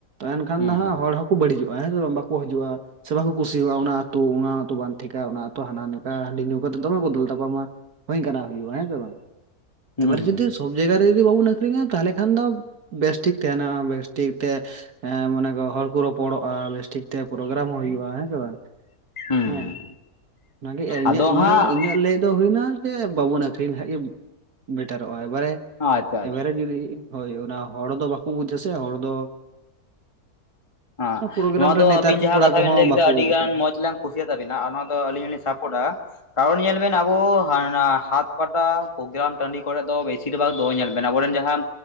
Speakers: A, on the right; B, on the left.
A: ᱮᱱᱠᱷᱟᱱ
B: ᱦᱩᱸ
A: ᱫᱚ ᱦᱟᱸᱜ
B: ᱦᱩᱸ
A: ᱦᱚᱲ ᱦᱚᱸᱠᱚ ᱵᱟᱹᱲᱤᱡᱚᱜᱼᱟ ᱦᱮᱸ ᱥᱮ ᱵᱟᱝ ᱵᱟᱠᱚ ᱦᱤᱡᱩᱜᱼᱟ᱾ ᱥᱮ ᱵᱟᱠᱚ ᱠᱩᱥᱤᱣᱟᱜᱼᱟ ᱚᱱᱟ ᱟᱛᱩ ᱚᱱᱟ ᱟᱛᱩ ᱵᱟᱝ ᱴᱷᱤᱠᱟ ᱚᱱᱟ ᱟᱛᱩ ᱦᱟᱱᱟ ᱱᱮᱝᱠᱟ ᱦᱟᱺᱰᱤ ᱧᱩ ᱠᱟᱛᱮᱫ ᱫᱚᱢᱮ ᱠᱚ ᱫᱟᱹᱞ ᱛᱟᱯᱟᱢᱟ᱾ ᱦᱳᱭ ᱚᱝᱠᱟᱱᱟᱜ ᱦᱩᱭᱩᱜᱼᱟ ᱦᱮᱸ ᱥᱮ ᱵᱟᱝ᱾
B: ᱦᱩᱸ
A: ᱮᱵᱟᱨ
B: ᱦᱩᱸ
A: ᱡᱩᱫᱤ ᱥᱚᱵ ᱡᱟᱭᱜᱟ ᱨᱮ ᱡᱩᱫᱤ ᱵᱟᱵᱩᱱ ᱟᱹᱠᱷᱨᱤᱧᱟ ᱛᱟᱦᱞᱮ ᱠᱷᱟᱱ ᱫᱚ ᱵᱮᱥᱴᱷᱤᱠ ᱛᱟᱦᱮᱱᱟ ᱵᱮᱥ ᱴᱷᱤᱠ ᱛᱮ ᱮᱸ ᱢᱟᱱᱮ ᱜᱚ ᱦᱚᱲ ᱠᱚ ᱨᱚᱯᱚᱲᱚᱜᱼᱟ ᱵᱮᱥᱴᱷᱤᱠᱛᱮ ᱯᱨᱳᱜᱨᱟᱢ ᱦᱚᱸ ᱦᱩᱭᱩᱜᱼᱟ᱾ ᱦᱮᱸ ᱥᱮ ᱵᱟᱝ
B: ᱦᱩᱸ
A: ᱦᱮᱸ ᱚᱱᱟᱜᱮ ᱤᱧᱟᱹᱜ
B: ᱟᱫᱚ
A: ᱤᱧᱟᱹᱜ
B: ᱦᱟᱸᱜ
A: ᱤᱧᱟᱹᱜ ᱞᱟᱹᱭ ᱫᱚ ᱦᱩᱭᱱᱟ ᱡᱮ ᱵᱟᱵᱩᱱ ᱟᱹᱠᱷᱨᱤᱧ ᱞᱮᱠᱷᱟᱡ ᱜᱤ ᱵᱮᱴᱟᱨᱚᱜᱼᱟ ᱮᱵᱟᱨᱮ
B: ᱟᱪᱪᱷᱟ ᱟᱪᱪᱷᱟ
A: ᱮᱵᱟᱨᱮ ᱡᱩᱫᱤ ᱦᱳᱭ ᱚᱱᱟ ᱦᱚᱲ ᱫᱚ ᱵᱟᱠᱚ ᱵᱩᱡᱟ ᱥᱮ, ᱦᱚᱲ ᱫᱚ
B: ᱚᱸ
A: ᱯᱨᱳᱜᱨᱟᱢ
B: ᱱᱚᱣᱟ ᱫᱚ
A: ᱨᱮ ᱱᱮᱛᱟᱨ
B: ᱟᱵᱤᱱ
A: ᱠᱚ
B: ᱡᱟᱸᱦᱟᱸ
A: ᱠᱚᱲᱟ
B: ᱠᱟᱛᱷᱟ
A: ᱠᱚᱦᱚᱸ
B: ᱵᱤᱱ ᱞᱟᱹᱭ ᱠᱮᱫᱟ
A: ᱵᱟᱠᱚ
B: ᱟᱹᱰᱤ
A: ᱦᱮᱸ
B: ᱜᱟᱱ ᱢᱚᱸᱡᱽ ᱞᱮᱱ ᱠᱩᱥᱤᱭᱟ ᱛᱟᱵᱤᱱᱟ ᱟᱨ ᱱᱚᱣᱟ ᱫᱚ ᱟᱹᱞᱤᱧ ᱦᱚᱸᱞᱤᱧ ᱥᱟᱯᱳᱴᱟ, ᱠᱟᱨᱚᱱ ᱧᱮᱞ ᱵᱮᱱ ᱟᱵᱚ ᱦᱟᱛ ᱯᱟᱛᱟ ᱯᱳᱜᱜᱨᱟᱢ ᱴᱟᱺᱰᱤ ᱠᱚᱨᱮ ᱫᱚ ᱵᱮᱥᱤᱨ ᱵᱷᱟᱜ ᱫᱚ ᱧᱮᱞ ᱵᱮᱱ ᱟᱵᱚᱨᱮᱱ ᱡᱟᱸᱦᱟᱸ